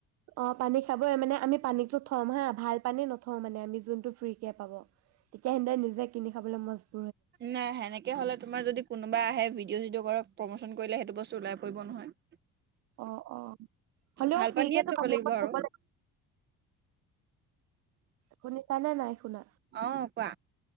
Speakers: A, on the right; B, on the right.
A: অ পানী খাবই মানে আমি পানীতো থম, হা ভাল পানী নথওঁ। মানে আমি যোনটো ফ্ৰী কে পাব তেতিয়া সিহঁতে নিজে কিনি খাবলৈ মজবোৰিত।
B: নাই সেনেকে হলে, তোমাৰ যদি কোনোবা আহে। ভিডিঅ' চিডিঅ' কৰক। প্ৰমোচন কৰিলে সেইটো বস্তু ওলাই পৰিব নহয়।
A: অ অ। হ'লেও
B: ভাল
A: ফ্ৰীকে
B: পানীয়ে
A: ত
B: থ'ব
A: পানী
B: লাগিব
A: তাত
B: আৰু
A: থবই থব লাগিব। শুনিছানে নাই শুনা
B: অ', কোৱা